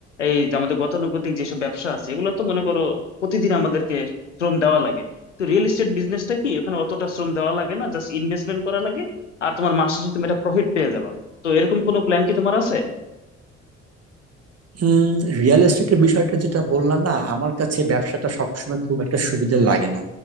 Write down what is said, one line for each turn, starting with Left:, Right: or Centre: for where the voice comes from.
Left: এই যে আমাদের গতানুগতিক যেসব ব্যবসা আছে এগুলো তো মনে করো প্রতিদিন আমাদেরকে শ্রম দেওয়া লাগে তো রিয়েল এস্টেট বিজনেসটা কি ওখানে অতটা শ্রম দেওয়া লাগে না জাস্ট ইনভেস্টমেন্ট করা লাগে আর তোমার মাস শেষে তুমি একটা প্রফিট পেয়ে যাবা তো এরকম কোনো প্ল্যান কি তোমার আছে
Right: উম রিয়েল এস্টেটের বিষয়টা যেটা বললাম না আমার কাছে ব্যবসাটা সবসময় খুব একটা সুবিধা লাগে না